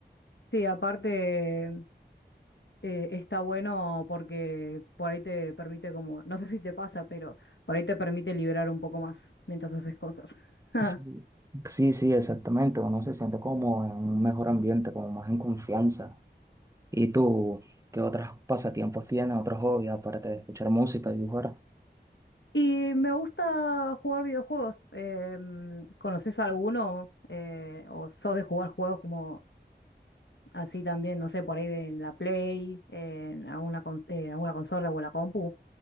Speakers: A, on the left; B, on the right.
A: Sí, aparte eh, está bueno porque por ahí te permite como, no sé si te pasa, pero por ahí te permite liberar un poco más mientras haces cosas. <laughs>
B: Sí, sí, sí, exactamente. Uno se siente como en un mejor ambiente, como más en confianza. ¿Y tú qué otros pasatiempos tienes, otros hobbies, aparte de escuchar música y dibujar?
A: Y me gusta jugar videojuegos. Em, ¿conoces alguno? Eh, ¿o sos de jugar juegos como así también, no sé, por ahí de en la Play, en alguna, con- en alguna consola o en la compu?